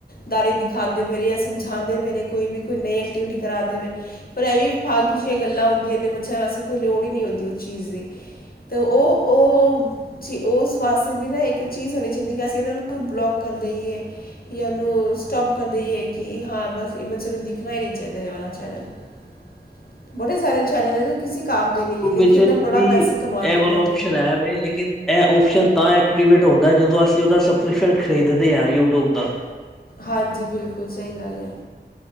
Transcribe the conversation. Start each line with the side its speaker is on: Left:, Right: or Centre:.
Left: ਦਾਰੇ ਦਿਖਾਦੇ ਪੈ ਰੇ ਜਾਂ ਸਮਝਾਦੇ ਪੈ ਰੇ ਕੋ ਵੀਈ ਨਈ ਐਕਟੀਵਿਟੀ ਕਰਾਂਦੇ ਪੇ ਨੇ। ਪਰ ਇਹ ਵੀ ਫਾਲਤੂ ਜਿਹੀਆਂ ਗੱਲਾਂ ਹੁੰਦੀਆਂ ਨੇ ਬੱਚਿਆਂ ਵਾਸਤੇਈ ਲੋੜ ਹੀ ਨੀ ਹੁੰਦੀ ਉਸ ਚੀਜ਼ ਦੀ। ਤੇ ਉਹ-ਉਹ। ਚ ਉਸ ਵਾਸਤੇ ਵੀ ਨਾ ਏਕ ਚੀਜ਼ ਹੋਣੀ ਚਾਹੀਦੀ ਕਿ ਅਸੀਂ ਇਹਨਾਂ ਨੂੰ ਬਲੋਕ ਕਰ ਦੇਈਏ। ਜਾਂ ਉਹਨੂੰ ਸਟੋਪ ਕਰ ਦੇਈਏ, ਕਿ ਹਾਂ ਬਸ ਇਹ ਬੱਚੇ ਨੂੰ ਦਿਖਣਾ ਹੀ ਨਈ ਚਾਹੀਦਾ ਇਹ ਵਾਲਾ ਚੈਨਲ। <unintelligible> ਬੜੇ ਸਾਰੇ ਚੈਨਲ ਐ, ਜੋ ਕਿਸੇ ਕਾਮ ਦੇ ਨੀ ਏ
Centre: ਉਹ
Left: ਲੇਕਿਨ
Centre: ਵਿੱਚ
Left: ਇਹ ਨਾ ਬੜਾ
Centre: ਵੀ
Left: ਪੈੇਸਾ ਕਮਾਦੇ
Centre: ਇਹ ਵਾਲਾ
Left: ਪਏ।
Centre: ਓਪਸ਼ਨ ਹੈ ਵੇ ਲੇਕਿਨ। ਇਹ ਓਪਸ਼ਨ ਤਾਂ ਐਕਟੀਵੇਟ ਹੁੰਦਾ, ਜਦੋਂ ਅਸੀਂ ਔਦਾ ਸਬਸਕ੍ਰਿਪਸ਼ਨ ਖਰੀਦ ਦੇ ਆ ਯੂਟਿਊਬ ਦਾ।
Left: ਹਾਂਜੀ ਬਿਲਕੁਲ ਸਹੀ ਗੱਲ ਏ,